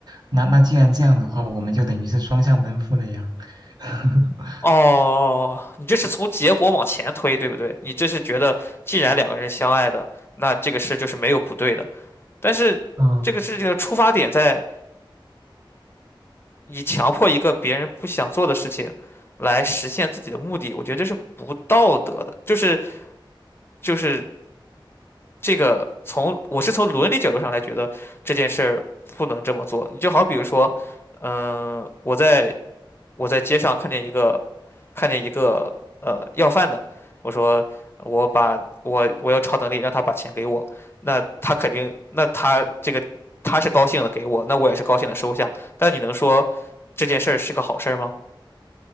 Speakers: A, on the right; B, on the left.
A: 那那既然这样的话，我们就等于是双向奔赴了呀。<laughs>
B: 哦，你这是从结果往前推，对不对？你这是觉得既然两个人相爱的，那这个事就是没有不对的，但是这个事情的出发点在。
A: 嗯
B: 你强迫一个别人不想做的事情来实现自己的目的，我觉得这是不道德的。就是就是这个从我是从伦理角度上来觉得这件事儿不能这么做。你就好比如说，嗯、我在我在街上看见一个看见一个呃要饭的，我说我把我我要超能力让他把钱给我，那他肯定那他这个他是高兴的给我，那我也是高兴的收下。但你能说这件事儿是个好事儿吗？